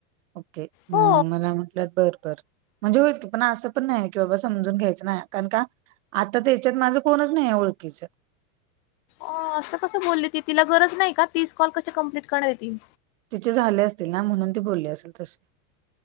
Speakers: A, on the right (about 65°); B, on the left (about 50°).
A: ओके म
B: हो
A: मला म्हटल्यात बरं. म्हणजे होयच की, पण असं पण नाही की बाबा समजून घ्यायचं नाही कारण का आता त्या हेच्यात माझं कोणच नाही आहे ओळखीच.
B: हां असं कसं बोलली ती तिला गरज नाही का, तीस कॉल कशी कंप्लीट करणार आहे ती.
A: तिचे झाले असतील ना, म्हणून ती बोलली असेल तशी.